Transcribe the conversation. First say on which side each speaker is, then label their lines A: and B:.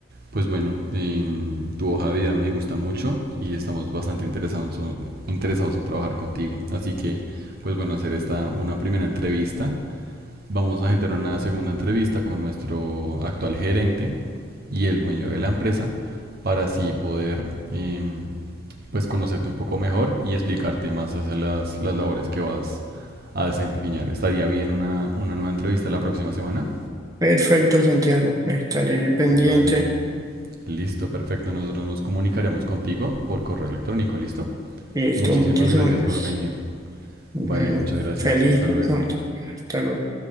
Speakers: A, on the right; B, on the right.
A: pues bueno, em, tu hoja de vida me gusta mucho y estamos bastante interesados, interesados en trabajar contigo. Así que, pues bueno, hacer esta una primera entrevista Vamos a generar una segunda entrevista con nuestro actual gerente y el dueño de la empresa para así poder em, pues conocerte un poco mejor y explicarte más hacia las, las labores que vas a desempeñar. ¿Estaría bien una, una nueva entrevista la próxima semana?
B: Perfecto, Santiago. Estaré pendiente.
A: Vale, listo, perfecto. Nosotros nos comunicaremos contigo por correo electrónico, ¿listo?
B: Listo,
A: Muchísimas
B: muchísimas
A: gracias
B: gracias.
A: por venir.
B: Bueno,
A: Vale, muchas gracias.
B: feliz
A: Hasta luego.
B: noche. Hasta luego.